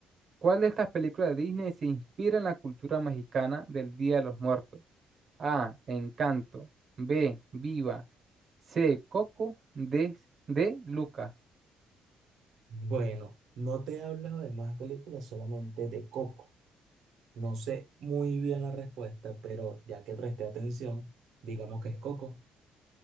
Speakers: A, on the right (about 35°); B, on the right (about 65°).
A: ¿Cuál de estas películas de Disney se inspira en la cultura mexicana del Día de los Muertos? A. Encanto. B. Viva. C. Coco. D. D. Luca.
B: Bueno, no te he hablado de más películas, solamente de Coco. No sé muy bien la respuesta, pero ya que presté atención, digamos que es Coco.